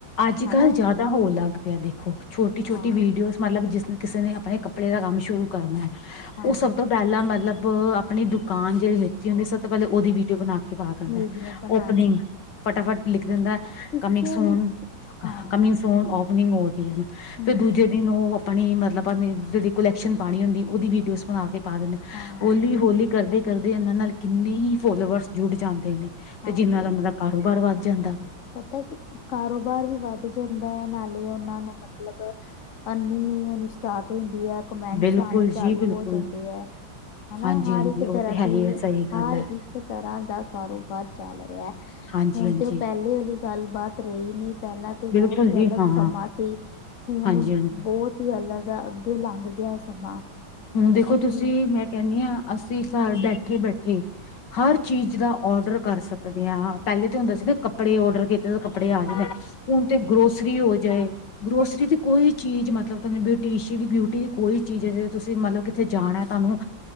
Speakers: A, on the left (about 65°); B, on the left (about 45°).
A: ਅੱਜ-ਕੱਲ
B: ਹਨਾ
A: ਜਿਆਦਾ ਹੋਣ ਲੱਗ ਪਿਆ ਦੇਖੋ ਛੋਟੀ-ਛੋਟੀ
B: ਹਾਂ
A: ਵੀਡੀਓਜ਼, ਮਤਲਬ ਜਿਸਨੇ ਕਿਸੇ ਨੇ ਆਪਣੇ ਕੱਪੜੇ ਦਾ ਕੰਮ ਸ਼ੁਰੂ ਕਰਨਾ
B: ਹਾਂ
A: ਉਹ ਸਭ ਤੋਂ ਪਹਿਲਾ ਮਤਲਬ, ਬ ਆਪਣੀ ਦੁਕਾਨ ਜਿਹੜੀ ਲੈਤੀ ਹੁੰਦੀ ਸਭ ਤੋਂ ਪਹਿਲੇ ਉਹਦੀ ਵੀਡੀਓ ਬਣਾ ਕੇ, ਪਾ ਦਿੰਦਾ,
B: ਵੀਡੀਓ ਬਣਾਣੀ
A: ਓਪਨਿੰਗ, ਫਟਾਫਟ ਲਿਖ ਦਿੰਦਾ
B: ਕਿਸੇ
A: ਕਮਿੰਗਸੂਨ,
B: ਵੀ ਹਾਂ
A: ਕਮਿੰਗ ਸ਼ੂਨ, ਓਪਨਿੰਗ ਉਹਦੀ ਆ ਨਾ
B: ਹੂੰ
A: ਫਿਰ ਦੂਜੇ ਦਿਨ ਉਹ ਆਪਣੀ ਮਤਲਬ ਨ ਜਿਹੜੀ ਕੁਲੈਕਸ਼ਨ ਪਾਣੀ ਹੁੰਦੀ ਉਹਦੀ ਵੀਡੀਓ ਪਾ ਦਿੰਦੇ
B: ਹਾਂ
A: ਹੋਲੀ ਰੋਲੀ ਕਰਦੇ ਕਰਦੇ ਇਹਨਾਂ ਨਾਲ ਕਿੰਨੇ ਹੀ ਫੋਲੋਵਰਸ ਜੁੱਟ ਜਾਂਦੇ ਨੇ
B: ਹਾਂਜੀ
A: ਤੇ ਜਿਹਨਾਂ ਨਾਲ ਮਤਲਬ ਦਾ ਕਾਰੋਬਾਰ ਵੱਧ ਜਾਂਦੇ
B: ਤਕੀ ਕਾਰੋਬਾਰ ਵੀ ਵੱਧ ਜਾਂਦਾ ਏ ਨਾਲੇ ਉਹਨਾਂ ਨੂੰ ਮਤਲਬ ਅਰਨਿੰਗ ਹੋਣੀ ਸਟਾਰਟ ਹੋ ਜਾਂਦੀ ਆ ਕਮੈਂਟਸ
A: ਬਿਲਕੁਲ
B: ਆਣੇ ਚਾਲੂ
A: ਜੀ ਬਿਲਕੁਲ
B: ਹੋ ਜਾਂਦੇ ਆ ਹਨਾ
A: ਹਾਂਜੀ
B: ਹਰ
A: ਹਾਂਜੀ
B: ਇੱਕ
A: ਉਹ
B: ਤਰ੍ਹਾਂ
A: ਤੇ ਹੈ
B: ਦੀ
A: ਹੀ ਹੈ ਸਹੀ
B: ਹਰ
A: ਗੱਲ ਹੈ
B: ਇੱਕ ਤਰ੍ਹਾਂ ਦਾ ਕਾਰੋਬਾਰ ਲੜਿਆ
A: ਹਾਂਜੀ
B: ਹੁਣ
A: ਹਾਂਜੀ
B: ਤੇ ਉਹ ਪਹਿਲੇ ਵਾਲੀ ਗੱਲ ਬਾਤ ਰਹੀ ਨੀ ਪਹਿਲਾਂ ਤੇ
A: ਬਿਲਕੁਲ
B: ਬਹੁਤ ਹੀ
A: ਜੀ
B: ਅਲੱਗ
A: ਹਾਂ
B: ਸਮਾਂ ਸੀ। ਹੁਣ
A: ਹਾਂਜੀ ਹਾਂਜੀ
B: ਬਹੁਤ ਈ ਅਲੱਗ ਆ ਅੱਗੇ ਲੰਘ ਗਿਆ ਸਮਾਂ
A: ਹੁਣ ਦੇਖੋ ਤੁਸੀਂ
B: ਤੇ
A: ਮੈਂ ਕਹਿਣੀ ਆ ਅਸੀਂ ਘਰ ਬੈਠੇ ਬੈਠੇ ਹਰ ਚੀਜ਼ ਦਾ ਓਡਰ ਕਰ ਸਕਦੇ ਹਾਂ ਪਹਿਲੇ ਤਾਂ ਹੁੰਦਾ ਸੀ ਨਾ ਕੱਪੜੇ ਓਡਰ ਕੀਤੇ ਕੱਪੜੇ ਆ ਜਾਂਦੇ ਹੁਣ ਤੇ ਗਰੋਸਰੀ ਹੋ ਜਾਏ। ਗਰੋਸਰੀ ਦੀ ਕੋਈ ਚੀਜ਼ ਮਤਲਬ ਤੁਹਾਨੂੰ ਬਿਊਟੀਸ਼ੀ ਦੀ ਬਿਊਟੀ ਦੀ ਕੋਈ ਚੀਜ਼ ਤੁਸੀਂ ਮਤਲਬ ਕਿੱਥੇ ਜਾਣਾ ਤੁਹਾਨੂੰ